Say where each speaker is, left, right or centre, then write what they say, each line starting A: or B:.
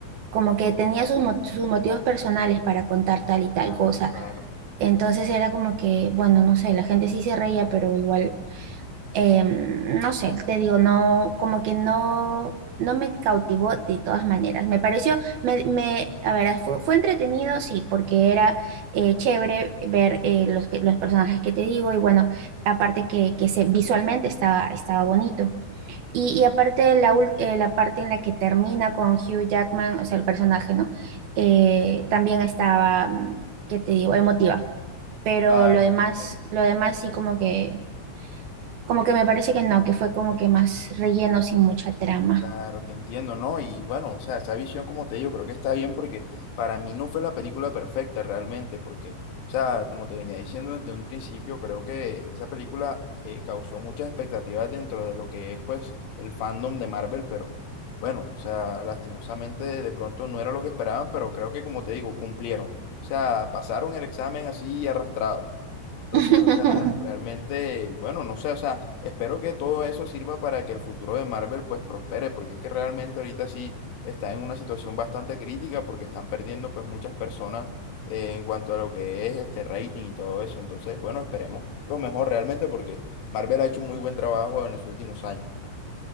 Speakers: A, on the right; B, on the left.
A: como que tenía sus, mo- sus motivos personales para contar tal y tal
B: Claro,
A: cosa
B: claro,
A: Entonces era como que, bueno, no sé, la gente sí se reía, pero igual, em, no sé, te digo, no, como que no, no me cautivó de todas maneras. Me pareció, me, me- a ver, fue, fue entretenido, sí, porque era eh, chévere ver eh, los, que- los personajes que te digo y bueno, aparte que, que se, visualmente estaba, estaba bonito. Y, y aparte la, ul- eh, la parte en la que termina con Hugh Jackman, o sea, el personaje, ¿no? Eh, también estaba, mm, ¿qué te digo? Emotiva pero
B: claro,
A: lo demás,
B: claro.
A: lo demás sí como que, como que me parece que no, que fue como que más relleno sin mucha trama.
B: Claro, te entiendo, ¿no? Y bueno, o sea, esa visión, como te digo, creo que está bien porque para mí no fue la película perfecta realmente, porque, o sea, como te venía diciendo desde un principio, creo que esa película eh, causó muchas expectativas dentro de lo que es, pues, el fandom de Marvel, pero bueno, o sea, lastimosamente de pronto no era lo que esperaban, pero creo que, como te digo, cumplieron. O sea, pasaron el examen así arrastrado. Entonces,
A: <laughs>
B: o sea, realmente, bueno, no sé, o sea, espero que todo eso sirva para que el futuro de Marvel pues prospere, porque es que realmente ahorita sí está en una situación bastante crítica porque están perdiendo pues muchas personas eh, en cuanto a lo que es este rating y todo eso. Entonces, bueno, esperemos lo mejor realmente porque Marvel ha hecho un muy buen trabajo en los últimos años.